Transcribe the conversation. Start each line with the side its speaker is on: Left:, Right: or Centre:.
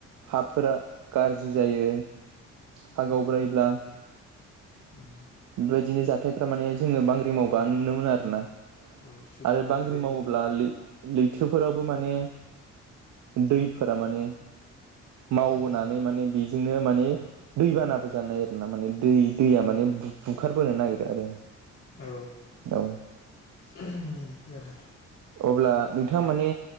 Right: हाफोरा गारजि जायो। हागावब्रायोब्ला
Left: उम उम
Right: बेबायदिनो जा हाथायफ्रा माने जोङो बांग्रि मावबा नुनो मोनो आरो ना।
Left: औ सुबुं
Right: आरो
Left: माहारियाबो
Right: बांग्रि मावोब्ला लै लैथोफोरावबो माने दैफोरा माने मावहोनानै
Left: औ
Right: माने बि जोंनो माने दै बानाबो जानो नागिरो माने दै-दैया माने बुखारबोनो नागिरो आरो।
Left: औ।
Right: औ
Left: दि आरो।
Right: अब्ला नोंथाङा माने